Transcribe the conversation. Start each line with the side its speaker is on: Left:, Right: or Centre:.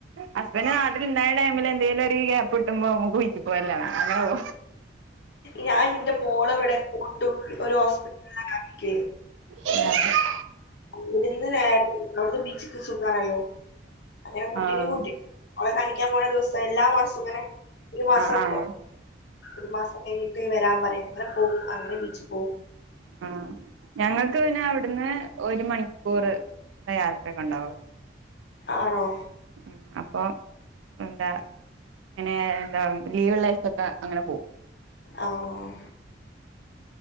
Right: ഹസ്ബനൻ്റ് നാട്ടില് ഇണ്ടായ ടൈമില് എന്തെങ്കിലും ഒരു ഗ്യാപ്പ് ഇട്ടുമ്പോ നമുക്ക് ബീച്ചി പോയലോന്നാ അങ്ങനെ പോകും
Left: ഞാൻ എന്റെ മോളെ ഇവിടെ കൊണ്ടു ഒരു ഹോസ്പിറ്റല കാണിക്കേ
Right: ആഹ്
Left: ഇവിടുന്ന് നേരെ അവിടുന്ന് ബീച്ചക്ക് സുഖാണല്ലോ അങ്ങനെ കുട്ടും
Right: ആഹ്
Left: കുട്ടി അവടെ കണിക്കാൻ പോണ ദിവസം എല്ലാ മാസവും ഇങ്ങനെ ഒരു മാസം
Right: ആഹ് ആഹ്
Left: ഒരു മാസം കഴിഞ്ഞിട്ട് വരാൻ പറയും അങ്ങനെ പോവും അങ്ങനെ ബീച്ച് പോകവും
Right: ആഹ് ഞങ്ങൾക്ക് പിന്നെ അവിടുന്ന് ഒരു മണിക്കൂറ് യാത്രക്കെ ഉണ്ടാവുള്ളൂ
Left: ആണോ
Right: ഉം അപ്പൊ എന്താ ഇങ്ങനെ എന്താ ലീവ്ള്ള ദിസൊക്കെ അങ്ങനെ പോവും.
Left: ആഹ്